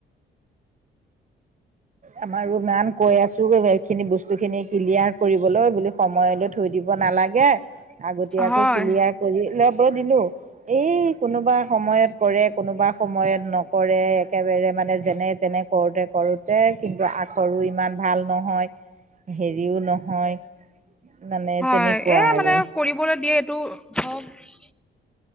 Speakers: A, on the right; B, in the centre.
A: আমাৰোনান কৈ আছো এইখিনি বস্তুখিনি ক্লিয়াৰ কৰিবলৈ বোলো সময়লৈ থৈ দিব নালাগে, আগতীয়াকৈ
B: হয়
A: ক্লিয়াৰ কৰি লব দিলো। এই কোনোবা সময়ত কৰে, কোনোবা সময়ত নকৰে, একেবাৰে মানে যেনে- তেনে কৰোঁতে কৰো তে কিন্তু আখৰো ইমান ভাল নহয়, হেৰিও নহয়? মানে
B: হয়
A: তেনেকুৱা
B: এ
A: আৰু
B: মানে কৰিবলৈ দিয়ে এইটো ধক